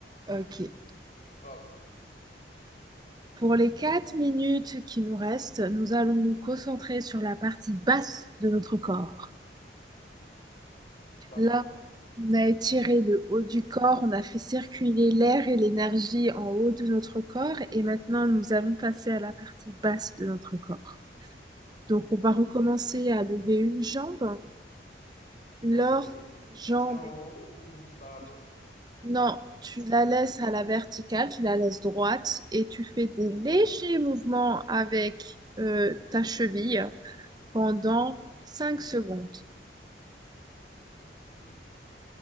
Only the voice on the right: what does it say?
Ok.
Pour les quatre minutes qui nous restent, nous allons nous concentrer sur la partie basse de notre corps.
Là, on a étiré le haut du corps, on a fait circuler l'air et l'énergie en haut de notre corps et maintenant nous allons passer à la partie basse de notre corps. Donc on va recommencer à lever une jambe. Lorsque
la jambe
est...
oui, Non,
tu la laisses à la verticale, tu la laisses droite et tu fais des légers
mouvements avec euh, ta cheville pendant 5 secondes.